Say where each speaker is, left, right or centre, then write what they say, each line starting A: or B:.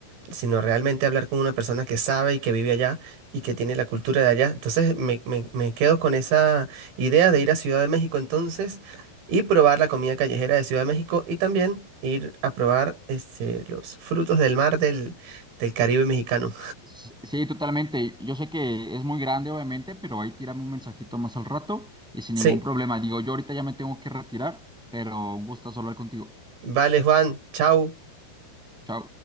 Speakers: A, on the right; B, in the centre.
A: sino realmente hablar con una persona que sabe y que vive allá y que tiene la cultura de allá. Entonces me, me- me quedo con esa idea de ir a Ciudad de México entonces y probar la comida callejera de Ciudad de México y también ir a probar este, los frutos del mar del, del Caribe mexicano.
B: S- Sí, totalmente. Yo sé que es muy grande, obviamente, pero ahí tírame un mensajito más al rato y sin
A: Sí,
B: ningún problema. Digo, yo ahorita ya me tengo que retirar, pero un gusto hablar contigo.
A: vale Juan, chao.
B: Chao.